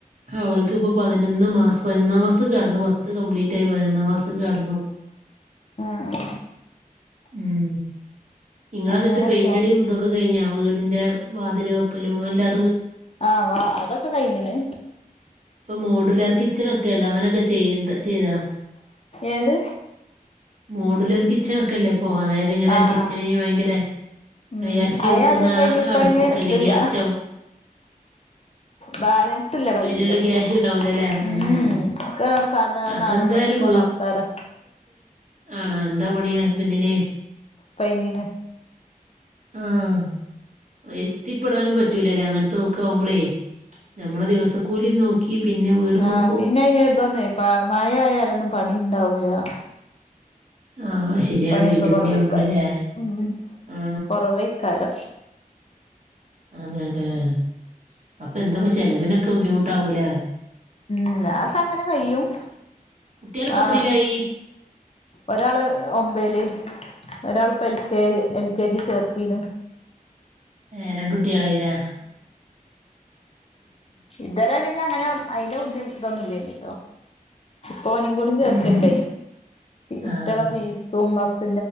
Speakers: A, on the right; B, on the left.
A: അവൾക്ക്പ്പൊ പതിനൊന്ന് മാസം പതിനൊന്നാം മാസത്ത് കടന്നു പത്ത് കംപ്ലീറ്റ് ആയി പതിനൊന്നാം മാസത്ത്ക്ക് കടന്നു.
B: ആഹ്
A: ഉം ഇങ്ങളെ
B: അങ്ങനെയൊക്കെയാണ്
A: ഇന്നിട്ട് പെയിന്റടിം ഇതൊക്കെ കയ്ഞ്ഞോ? വീടിന്റെ വാതില് വെക്കലും എല്ലാ
B: ആ വാ അതൊക്കെ കയ്ഞ്ഞ്ണ്
A: ഇപ്പൊ മോഡുലാർ കിച്ചണ് ഒക്കെയല്ലേ അങ്ങനൊക്കെ ചെ ചെയ്യ്ന്ത് ചെയ്താ
B: ഏത്
A: മോഡുലർ കിച്ചണൊക്കെല്ലേ ഇപ്പോ അതായത് ഇങ്ങനെ
B: ആഹ്
A: കിച്ചണീ വയങ്കര
B: ഉം
A: എറക്കി
B: അയ
A: വെക്കുന്ന
B: അത് കഴിഞ്ഞ് ഇപ്പ
A: അടുപ്പൊക്കെ
B: അയിന്
A: അല്ലേ
B: ഇതില്ല
A: ഗ്യാസ് സ്റ്റവ്
B: ബാലൻസ് ഇല്ല കയ്യില്
A: അയിനുള്ള
B: എത്തും
A: ക്യാഷ് ഉണ്ടാവൂലല്ലേ? ഉം.
B: ഉപ ഒക്കെ സാദാ
A: അതെന്തായാലും
B: നാടൻ ണിക്കോണ ആൾക്കാരാ
A: ആണാ എന്താ പണി ഹസ്ബെൻ്റിന്
B: പയതി
A: ആഹ് എത്തിപ്പെടാനും പറ്റൂലല്ലേ അങ്ങനത്തെ ഒക്കെ ആവുമ്പളേ ഞമ്മളെ ദിവസക്കൂലിം നോക്കി പിന്നെ വീടും
B: ആഹ്
A: വെക്കും.
B: പിന്നെ അയ്ന് ഇതൊന്നേ മയ ആയാലൊന്നും പണിം ഇണ്ടാവൂലാ
A: ആഹ ശരിയാണ്
B: പണിയൊക്കെ
A: പ എന്റ
B: കുറവേക്കാരം
A: മണി ആവുമ്പോളല്ലേ
B: ഉം
A: ആ
B: കുറവേക്കാരം
A: <unintelligible> <unintelligible> ഇപ്പ എന്താപ്പോ ചെലവിനൊക്കെ ബുദ്ധിമു ട്ടാവൂലേ
B: ഉം അക്ക അങ്ങനെ കയും
A: കുട്ട്യാളിപ്പോ
B: ആഹ
A: എത്രയിലായി?
B: ഒരാള് ഒമ്പേല് ഒരാളിപ്പ L K L K G ചേർത്തീ
A: ഏ രണ്ടു ട്ട്യേളായി ലേ?
B: ഇതരമന്നങ്ങനെ അയിന്റെ ബുദ്ധിമുട്ടൊന്നും ഇല്ലല് കോനും കൂടും ചേർത്തിപ്പേ
A: ഉം.
B: കട്ടള
A: ആഹ്.
B: പീസും ബസ്